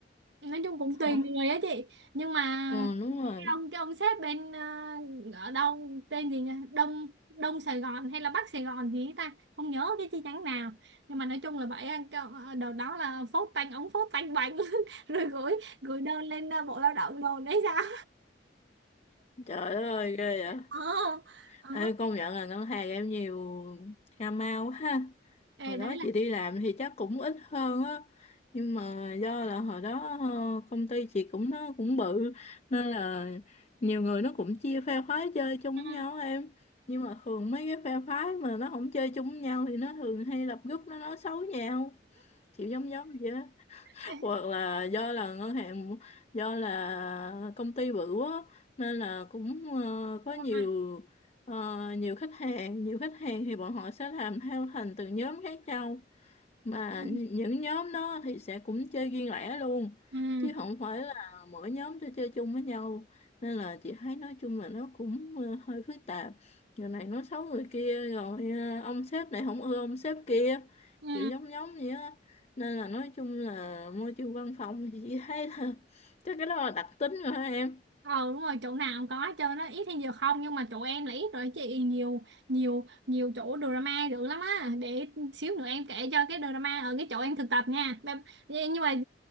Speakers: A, on the right (about 75°); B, on the left (about 35°).
A: nói chung cũng
B: hả
A: tùy người á chị nhưng mà
B: ừ đúng
A: cái
B: rồi
A: ông cái ông sếp bên ờ, ở đâu tên gì nhỉ Đông Đông Sài Gòn hay là Bắc Sài Gòn gì ấy ta không nhớ cái chi nhánh nào nhưng mà nói chung là vậy á, cái, ờ, đợt đó là phốt tanh ống phốt tanh bành <laughs> rồi gửi gửi đơn lên ờ, Bộ Lao động đồn đấy sao
B: trời đất ơi ghê vậy
A: ờ ờ
B: Ê, công nhận là ngân hàng em nhiều cà mau ha
A: Ê,
B: hồi
A: đấy
B: đó
A: là
B: chị đi làm thì chắc cũng ít hơn á nhưng mà do là hồi đó ờ, công ty chị cũng nó cũng bự nên là nhiều người nó cũng chia phe phái chơi chung
A: ừ.
B: với nhau em nhưng mà thường mấy cái phe phái mà nó không chơi chung với nhau thì nó thường hay lập group nó nói xấu nhau kiểu giống giống vậy
A: Ê,
B: hoặc là do là ngân hàng do là công ty bự quá nên là cũng ờ, có
A: đúng
B: nhiều
A: rồi.
B: ờ, nhiều khách hàng nhiều khách hàng thì bọn họ sẽ làm theo thành từng nhóm khác nhau mà
A: ừ.
B: những nhóm đó thì sẽ cũng chơi riêng lẻ luôn
A: Ừ.
B: chứ không phải là mỗi nhóm cho chơi chung với nhau nên là chị thấy nói chung là nó cũng ờ, hơi phức tạp giờ này nói xấu người kia rồi ờ, ông sếp này không ưa ông sếp kia
A: Ừ.
B: kiểu giống giống vậy á nên là nói chung là môi trường văn phòng thì chị <laughs> thấy là chắc cái đó là đặc tính rồi hả em
A: ừ đúng rồi chỗ nào cũng có hết trơn á ít hay nhiều không nhưng mà chỗ em là ít rồi chị nhiều nhiều nhiều chỗ drama dữ lắm á để xíu nữa em kể cho cái drama ở cái chỗ em thực tập nha Bye- nhưng mà ừ,